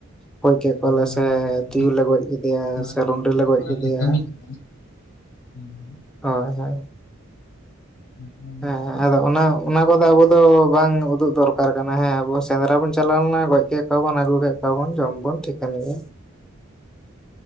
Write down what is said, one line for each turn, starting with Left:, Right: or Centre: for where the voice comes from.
Centre: ᱜᱚᱡ ᱠᱮᱫ ᱠᱚᱣᱟ
Left: ᱟᱹᱰᱤ
Centre: ᱞᱮ
Left: ᱢᱟᱨᱟᱝ
Centre: ᱥᱮ ᱛᱩᱭᱩ
Left: ᱟᱹᱰᱤ
Centre: ᱞᱮ ᱜᱚᱡ ᱠᱮᱫᱮᱭᱟ
Left: ᱢᱟᱨᱟᱝ
Centre: ᱥᱮ ᱨᱩᱸᱰᱟᱹ
Left: ᱟᱹᱰᱤ
Centre: ᱞᱮ ᱜᱚᱡ
Left: ᱢᱟᱨᱟᱝ
Centre: ᱠᱮᱫᱮᱭᱟ
Left: ᱠᱟᱹᱢᱤ ᱠᱮᱫᱟ ᱦᱮᱸ ᱦᱮᱸ
Centre: ᱦᱳᱭ ᱦᱳᱭ᱾
Left: ᱮᱱᱠᱷᱟᱱ ᱚᱱᱟ
Centre: ᱦᱮᱸ
Left: ᱠᱚᱫᱚ
Centre: ᱦᱮᱸ ᱟᱫᱚ ᱚᱱᱟ ᱚᱱᱟ ᱟᱫᱚ ᱟᱵᱚ ᱫᱚ ᱵᱟᱝ ᱩᱫᱩᱜ ᱫᱚᱨᱠᱟᱨ ᱠᱟᱱᱟ ᱦᱮᱸ ᱟᱵᱚ ᱥᱮᱸᱫᱽᱨᱟ ᱵᱚᱱ ᱪᱟᱞᱟᱣ ᱞᱮᱱᱟ ᱜᱚᱡ ᱠᱮᱫ ᱠᱚᱣᱟ ᱵᱚᱱ ᱟᱹᱜᱩ ᱠᱮᱜ ᱠᱚᱣᱟ ᱵᱚᱱ ᱡᱚᱢ ᱵᱚᱱ ᱴᱷᱤᱠᱟᱱ ᱜᱮᱭᱟ ᱦᱮᱸ᱾